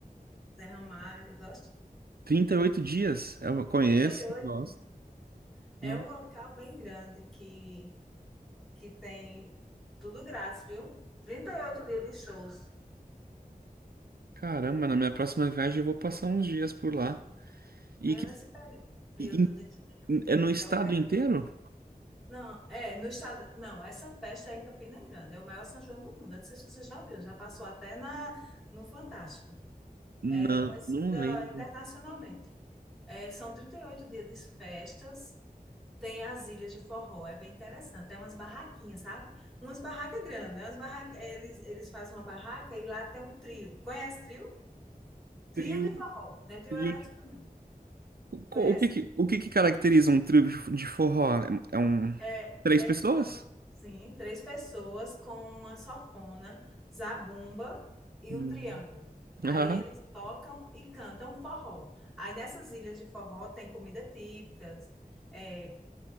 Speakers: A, in the centre; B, on the right.
A: Zé Ramalho, gosta?
B: trinta e oito dias. Eu conheço,
A: 38.
B: gosto.
A: É
B: Nossa,
A: um local bem grande que, que tem tudo grátis, viu? 38 dias de shows,
B: caramba, na minha próxima viagem eu vou passar uns dias por lá. E
A: bem
B: que
A: nesse peri- período
B: e-
A: de junho,
B: e- é no estado
A: que é o período
B: inteiro?
A: Não, é, no estado. Não, essa festa é em Campina Grande, é o maior São João do mundo. Eu não sei se você já viu, já passou até na, no Fantástico.
B: Não,
A: É reconhecida
B: não lembro.
A: internacionalmente. É, são 38 dias de festas, tem as ilhas de forró, é bem interessante. Tem umas barraquinhas, sabe? Umas barracas grandes, né? Umas barraca, é, eles, eles fazem uma barraca e lá tem um trio. Conhece trio? Trio
B: Trio,
A: de forró, não é trio
B: trio
A: elétrico,
B: de-
A: não. Conhece?
B: co- o que que, o que que caracteriza um trio de de forró? É é um
A: É,
B: três
A: é,
B: pessoas?
A: são, sim, três pessoas com uma sanfona, zabumba e
B: Hum.
A: um triângulo. Aí
B: Aham.
A: eles tocam e cantam forró. Aí nessas ilhas de forró tem comida típicas. é,